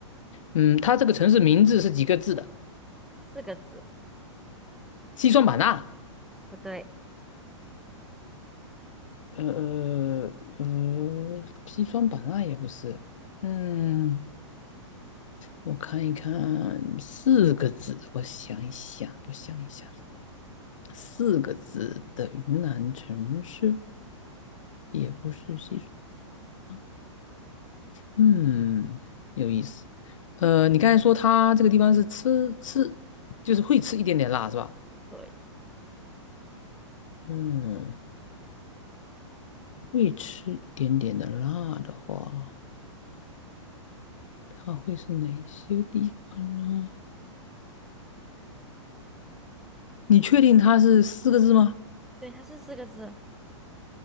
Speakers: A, on the left; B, in the centre.
A: 嗯，它这个城市名字是几个字的？
B: 四个字，
A: 西双版纳，
B: 不对，
A: 呃呃，西双版纳也不是，嗯，我看一看，四个字，我想一想，我想一想，四个字的云南城市也不是西双啊，嗯，有意思，呃，你刚才说它这个地方是吃吃，就是会吃一点点辣是吧？
B: 对，
A: 嗯，会吃一点点的辣的话，它会是哪些地方呢？你确定它是四个字吗？
B: 对，它是四个字。